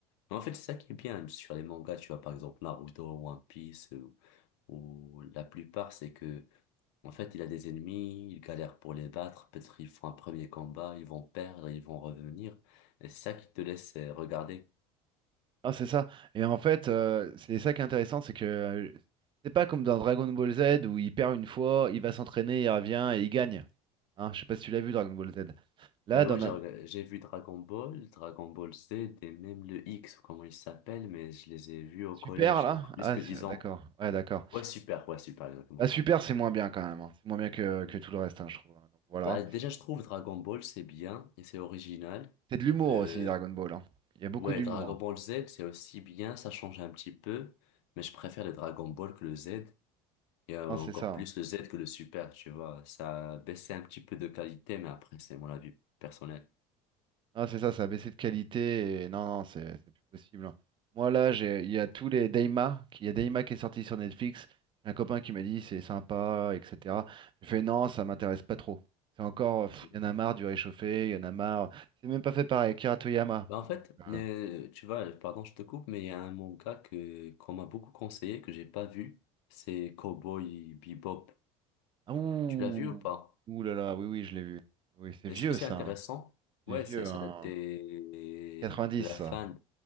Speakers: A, on the left; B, on the right.
A: Mais en fait, c'est ça qui est bien sur les mangas, tu vois, par exemple Naruto, One Piece, euh, ou la plupart, c'est que, en fait, il a des ennemis, il galère pour les battre, peut-être ils font un premier combat, ils vont perdre, ils vont revenir, et c'est ça qui te laisse euh, regarder.
B: Ah, c'est ça. Et en fait, euh, c'est ça qui est intéressant, c'est que euh, c'est pas comme dans Dragon Ball Z où il perd une fois, il va s'entraîner, il revient et il gagne. Hein, je sais pas si tu l'as vu Dragon Ball Z. Là,
A: Euh,
B: dans
A: ouais,
B: na-
A: j'ai rega- j'ai vu Dragon Ball, Dragon Ball Z et même le X, ou comment il s'appelle, mais je les ai vus au
B: Super,
A: collège,
B: là?
A: donc plus
B: Ah,
A: que
B: c'est-
A: 10 ans.
B: d'accord. Ouais, d'accord.
A: Ouais, super, ouais, super, exactement.
B: Ah, Super, c'est moins bien quand même. hein. C'est moins bien que,
A: Mm.
B: que tout le reste, hein, je trouve. hein. Donc, voilà.
A: Bah, déjà, je trouve Dragon Ball, c'est bien et c'est original.
B: C'est de l'humour
A: Euh,
B: aussi, Dragon Ball. hein. Il y a beaucoup
A: ouais,
B: d'humour.
A: Dragon
B: hein.
A: Ball Z, c'est aussi bien, ça change un petit peu, mais je préfère le Dragon Ball que le Z, et euh,
B: Ah, c'est
A: encore
B: ça. hein.
A: plus le Z que le Super, tu vois. Ça a baissé un petit peu de qualité, mais après, c'est mon avis personnel.
B: Ah, c'est ça, ça a baissé de qualité. Et... Non, non, c'est c'est plus possible. hein. Moi, là, j'ai, il y a tous les Daima. qui- Il y a Daima qui est sorti sur Netflix. J'ai un copain qui m'a dit c'est sympa, etc. J'ai fait non, ça m'intéresse pas trop. C'est encore, pff,
A: Mm.
B: il y en a marre du réchauffé, il y en a marre. C'est même pas fait par Akira Toriyama.
A: Bah, en fait,
B: Donc, euh,
A: euh, tu vois, pardon, je te coupe, mais il y a un manga que, qu'on m'a beaucoup conseillé, que j'ai pas vu, c'est Cowboy Bebop.
B: Ah, ouh,
A: Tu l'as vu ou pas?
B: ouh là là, oui, oui, je l'ai vu. Oui, c'est
A: Est-ce
B: vieux
A: que c'est
B: ça.
A: intéressant?
B: hein. C'est
A: Ouais,
B: vieux,
A: c'est, ça
B: hein.
A: date des-
B: 90,
A: de
B: ça.
A: la fin,